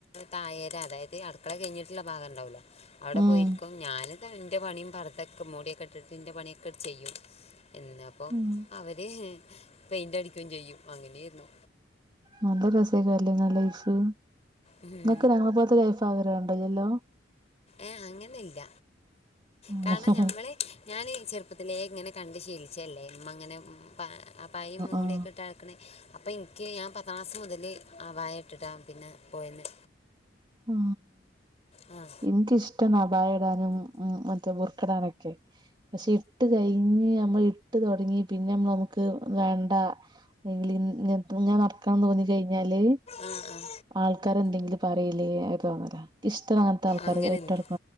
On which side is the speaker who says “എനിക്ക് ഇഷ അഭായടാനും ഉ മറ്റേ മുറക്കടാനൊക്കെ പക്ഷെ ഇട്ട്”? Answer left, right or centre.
Right